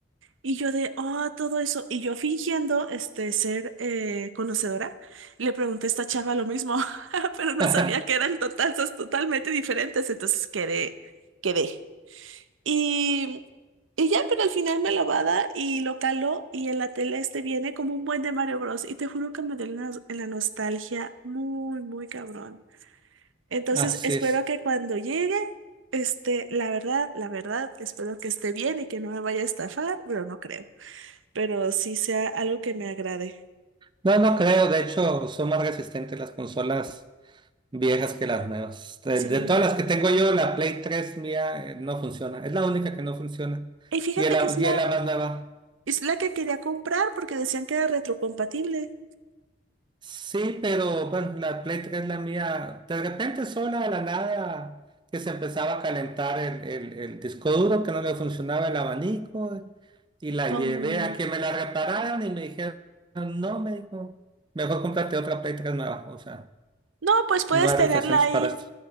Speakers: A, on the right; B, on the right.
A: Y yo de, oh, todo eso. Y yo fingiendo, este, ser eh, conocedora, le pregunté a esta chava lo mismo, <laughs> pero no
B: <laughs>
A: sabía que eran total, totalmente diferentes. Entonces quedé, quedé. Y, y ya, pero al final me lo va a dar y lo caló y en la tele este viene como un buen de Mario Bros. Y te juro que me dio una- en la nostalgia muy, muy cabrón. Entonces
B: Así
A: espero
B: es.
A: que cuando llegue, este, la verdad, la verdad, espero que esté bien y que no me vaya a estafar, pero no creo. Pero sí sea algo que me agrade.
B: No, no creo. De hecho, son más resistentes las consolas viejas que las nuevas. De,
A: Sí.
B: de todas las que tengo yo, la Play 3 mía eh, no funciona. Es la única que no funciona.
A: Y fíjate
B: Y es la,
A: que es la,
B: y es la más nueva.
A: es la que quería comprar porque decían que era retrocompatible.
B: Sí, pero bueno, la Play 3 la mía, de repente sola de la nada que se empezaba a calentar el, el- el disco duro, que no le funcionaba el abanico, y la
A: Como...
B: llevé a que me la repararan y me dijeron, no, me dijo, mejor cómprate otra Play 3 nueva, o sea,
A: No, pues puedes
B: no hay
A: tenerla
B: refacciones
A: ahí
B: para esto.